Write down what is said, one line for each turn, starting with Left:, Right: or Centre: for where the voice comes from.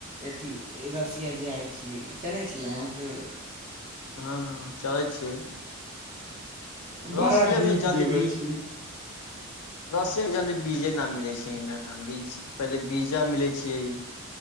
Right: अथि रसिया जाइ छियै। चलै छियै। अहाँकेँ
Left: हँ, हँ चलै छीयै। रसियामे
Right: बड़ा नीक
Left: जल्दी
Right: जगह
Left: बीज
Right: छियै
Left: रसियामे जल्दी बीज नहि मिलै छियै, बीज पहिले बीजा मिलै छियै।